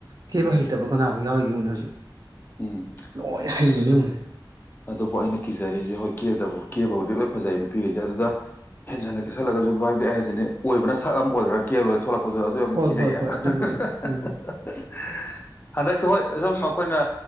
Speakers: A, on the right; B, on the left.
A: ꯀꯦꯕ
B: ꯎꯝ
A: ꯍꯩꯇꯕ ꯀꯥꯅꯕꯨ꯫ ꯌꯥꯎꯔꯤꯒꯤ ꯍꯧꯅꯦ ꯍꯧꯖꯤꯛ
B: ꯎꯝ
A: ꯂꯣꯏ
B: ꯑꯁ
A: ꯍꯩꯕꯅꯤ ꯍꯧꯅꯦ
B: ꯑꯗꯨꯕꯨ ꯑꯩꯅ ꯀꯤꯖꯔꯤꯁꯦ ꯍꯣꯏ ꯀꯦꯕꯗꯕꯨ ꯀꯦꯕꯕꯨꯗꯤ ꯂꯣꯏ ꯐꯖꯩ ꯅꯨꯄꯤꯈꯩꯁꯦ ꯑꯗꯨꯗ ꯍꯦꯟꯖꯟꯅ ꯀꯦꯁꯜꯂꯒꯁꯨ ꯚꯥꯏ ꯑꯩ ꯍꯥꯏꯖꯤꯅꯤ ꯑꯣꯏꯕꯅ ꯁꯛ ꯑꯃ ꯑꯣꯏꯒ꯭ꯔꯥ ꯀꯦꯕ ꯂꯣꯏꯔ ꯊꯣꯛꯂꯛ꯫ ꯑꯗꯨ ꯑꯗꯨ ꯌꯥꯝ
A: ꯍꯣꯏ
B: ꯀꯤꯖꯩ
A: ꯍꯣꯏ
B: ꯍꯥꯏꯕ
A: ꯍꯣꯏ
B: ꯍꯥꯍꯍꯍꯍꯍꯍꯏꯌ
A: ꯑꯗꯨꯕꯨꯗꯤ ꯎꯝ
B: ꯍꯟꯗꯛ꯫ ꯊꯣꯏ ꯁꯨꯝ ꯑꯩꯈꯣꯏꯅ